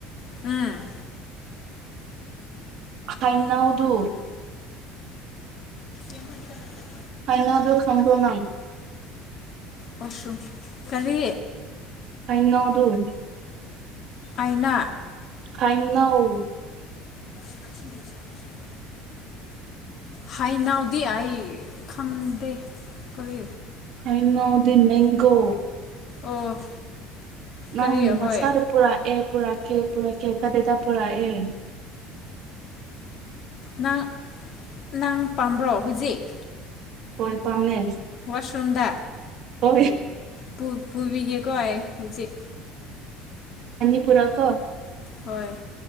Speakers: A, on the left; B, on the right.
A: ꯎꯝ
B: ꯍꯥꯏꯅꯥꯎꯗꯨ
A: ꯌꯥꯝꯍꯟꯅꯤꯗ ꯂꯩꯕ
B: ꯍꯥꯏꯅꯥꯎꯗꯣ ꯈꯪꯕ꯭ꯔꯣ ꯅꯪ
A: ꯋꯥꯁ꯭ꯔꯨꯝ ꯀꯔꯤ
B: ꯍꯩꯅꯥꯎꯗꯨ
A: ꯑꯩꯅ
B: ꯈꯩꯅꯧ
A: <unintelligible> ꯍꯥꯏ ꯅꯥꯎꯗꯤ ꯑꯥꯏ ꯈꯝꯗꯦ ꯀꯔꯤ
B: ꯍꯩꯅꯥꯎꯗꯤ ꯃꯦꯡꯒꯣ
A: ꯑꯣ
B: ꯅꯪ
A: ꯀꯔꯤ
B: ꯅꯁꯥꯗꯣ
A: ꯍꯣꯏ
B: ꯄꯨꯔꯥ ꯑꯦ ꯄꯨꯔꯥꯛꯀꯦ ꯄꯨꯔꯛꯀꯦ ꯀꯗꯥꯏꯗ ꯄꯨꯔꯥꯛꯑꯦ
A: ꯅꯪ ꯅꯪ ꯄꯥꯝꯕ꯭ꯔꯣ ꯍꯧꯖꯤꯛ
B: ꯍꯣꯏ ꯄꯥꯝꯃꯦ
A: ꯋꯥꯁꯨꯝꯗ
B: ꯍꯣꯏ
A: ꯄꯨ ꯄꯨꯕꯤꯒꯦꯀꯣ ꯑꯩ ꯍꯨꯖꯤꯛ
B: ꯃꯅꯤꯄꯨꯔꯥ ꯀꯣ
A: ꯍꯣꯏ